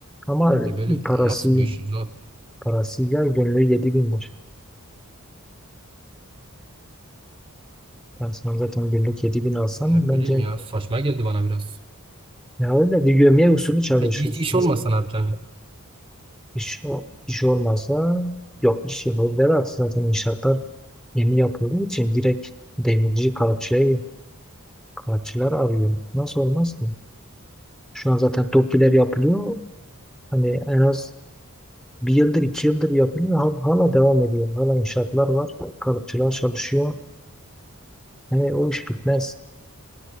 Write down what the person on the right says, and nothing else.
E böyle
nasıl bir iş zaten?
Ne
bileyim ya saçma geldi bana biraz.
Peki hiç iş olmasa ne yapacaksın?